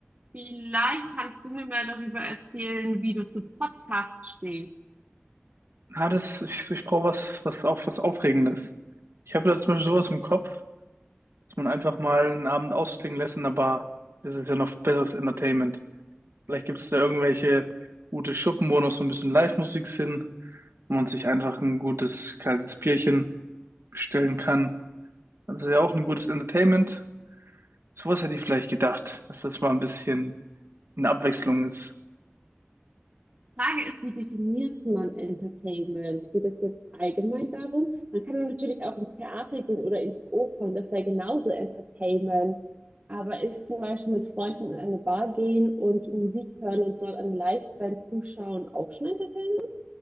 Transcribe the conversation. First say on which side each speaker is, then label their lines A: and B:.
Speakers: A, on the right (about 40°); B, on the right (about 80°).
A: Vielleicht kannst du mir mehr darüber erzählen, wie du zu Podcasts stehst.
B: Na, das, ich, ich brauche was, was auch was Aufregendes. Ich habe da zum Beispiel sowas im Kopf. dass man einfach mal einen Abend ausklingen lässt in der Bar. Das ist ja noch besseres Entertainment. Vielleicht gibt es da irgendwelche gute Schuppen, wo noch so ein bisschen Live-Musik sind, wo man sich einfach ein gutes kaltes Bierchen bestellen kann. Das ist ja auch ein gutes Entertainment. Sowas hätte ich vielleicht gedacht, dass das mal ein bisschen eine Abwechslung ist.
A: Frage ist, wie definiert man Entertainment? Geht es jetzt allgemein darum? Man kann natürlich auch ins Theater gehen oder in die Oper und das wäre genauso Entertainment. Aber ist zum Beispiel mit Freunden in eine Bar gehen und Musik hören und dort eine Liveband zuschauen auch schon Entertainment?